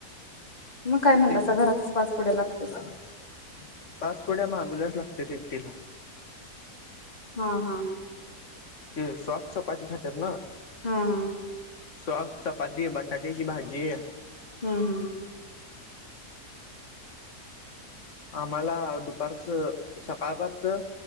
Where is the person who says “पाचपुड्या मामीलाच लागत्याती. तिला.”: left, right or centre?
Left